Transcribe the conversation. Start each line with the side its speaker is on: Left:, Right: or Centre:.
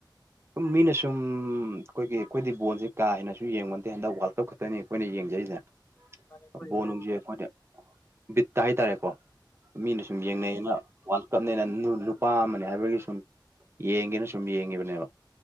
Right: ꯨꯝ ꯃꯤꯅ ꯁꯨꯝ ꯑꯩꯈꯣꯏꯒꯤ ꯑꯩꯈꯣꯏꯗꯤ ꯕꯣꯣꯟꯁꯦ ꯀꯥ ꯍꯦꯟꯅꯁꯨ ꯌꯦꯡꯉꯣꯟꯗꯦ ꯍꯟꯗꯛ ꯋꯥꯜꯛꯇꯧ ꯈꯛꯇꯅꯤ ꯑꯩꯈꯣꯏꯅ ꯌꯦꯡꯖꯔꯤꯁꯦ
Left: ꯃꯥꯅꯦ ꯑꯩꯈꯣꯏ
Right: ꯕꯣꯅꯨꯡꯁꯦ
Left: ꯑꯗꯨꯝ
Right: ꯑꯩꯈꯣꯏꯅ ꯕꯤꯠꯇ ꯍꯥꯏꯇꯥꯔꯦꯀꯣ ꯃꯤꯅ ꯁꯨꯝ ꯌꯦꯡꯅꯩꯌꯦꯅ ꯋꯥꯔꯜ ꯀꯞꯅꯦꯅ ꯅꯨꯄꯥ ꯑꯃꯅꯦ ꯍꯥꯏꯕꯒꯤ ꯁꯨꯝ ꯌꯦꯡꯒꯦꯅ ꯁꯨꯝ ꯌꯦꯡꯉꯤꯕꯅꯦꯕ